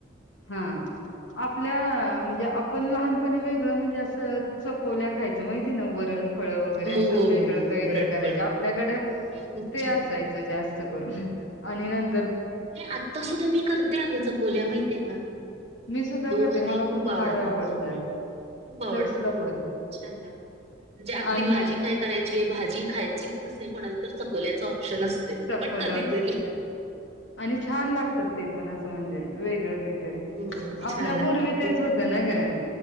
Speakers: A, on the left; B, on the right.
A: हा. आपल्या, म्हणजे आपण लहानपणी वेगळं म्हणजे असं चकोल्या खायच. ते माहितीय ना वरण, फळ वरे,
B: हो
A: अस
B: हो
A: वेगळ
B: हो हो
A: काही
B: वरणफळच.
A: तर करायच, आपल्याकड
B: खूप
A: ते
B: छान
A: असायचं जास्त स्त करून आणि नंनं
B: नाही, आत्ता सुुद्धा मी करते अगं चकोल्या माहितय का?
A: मी सुद्धा
B: दोघांना
A: करते मला
B: ही
A: पण
B: खूप
A: फार
B: आवडतात,
A: आवडतय
B: चकोल्या. खूप आवडत
A: तसलं
B: खूप
A: पण
B: छान लागत, म्हणजे अगदी
A: आणि
B: भाजी काय करायची, भाजी खायचीच नसेल कोणाली तर चकोल्याचा ऑप्शन असतोय,
A: चकोला
B: पण कधीतरी.
A: चपश आणि छान लागतात ते पण असं, म्हणजे वेगळं काहीतर. तरी,
B: हो
A: आपल्या
B: छान लागतात
A: पूर्वी तेच होत ना ग,